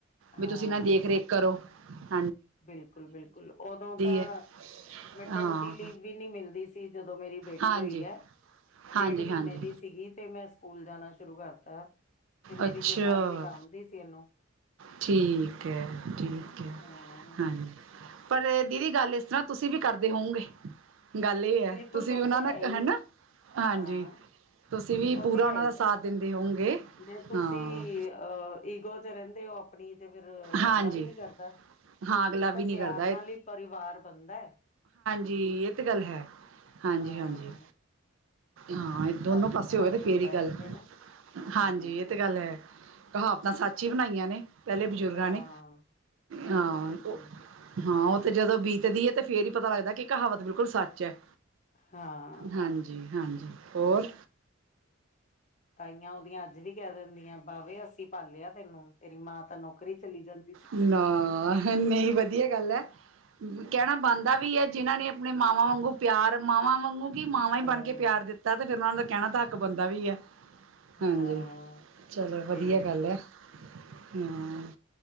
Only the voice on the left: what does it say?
ਹਾਂ
ਬਿਲਕੁਲ ਬਿਲਕੁਲ ਉਦੋਂ ਤਾਂ
ਮੈਟਨਟੀ
ਲੀਵ ਵੀ ਨਹੀਂੀ ਮਿਲਦੀ ਸੀ ਜਦੋਂ ਮੇਰੀ ਬੇਟੀ
ਹੋਈ ਹੈ
ਡੇਢ ਮਹੀਨੇ
ਦੀ ਸੀਗੀ ਤੇ ਮੈਂ ਸਕੂਲ ਜਾਣਾ ਸ਼ੁਰੂ ਕਰਤਾ ਤੇ ਮੇਰੀ
ਜਠਾਨੀ ਸਾਂਭਦੀ ਸੀ ਇਹਨੂੰ
ਹਮ
ਬਿਲਕੁਲ ਉਹ
ਤਾਂ
ਹੈ ਹੀ
ਹੈ
ਹਾਂ
ਉਹ
ਤੇ
ਹੈ ਹੀ
ਹੈ
ਜੇ ਤੁਸੀਂ
ਅਹ ਈਗੋ ਚ ਰਹਿੰਦੇ ਹੋ ਆਪਣੀ ਤੇ ਫਿਰ
ਅਗਲਾ ਵੀ ਨੀ ਕਰਦਾ
ਇਹ ਤਾਂ
ਪਿਆਰ
ਨਾਲ ਹੀ ਪਰਿਵਾਰ ਬਣਦਾ ਹੈ
ਹਾਂ
ਹੱਥ
ਨੂੰ
ਹੱਥ
ਹੁੰਦਾ
ਕਹਿੰਦੇ ਨਾ
ਹਮ
ਹਾਂ
ਬਿਲਕੁਲ-ਬਿਲਕੁਲ
ਹਾਂ।
ਤਾਈਆਂ ਉਹਦੀਆਂ ਅੱਜ ਵੀ ਕਹਿ ਦਿੰਦੇ ਦੀਆਂ ਬਾਾਹਵੇ ਅਸੀਂ ਪਾਲਿਆ ਤੈਨੂੰ ਪਹਿਰੀ ਮਾਂ ਤਾਂ ਨੌਕਰੀ ਚਲੀ ਜ ਜਾਦੀ
ਹਾਂ,
ਹਾਂ
ਤੇ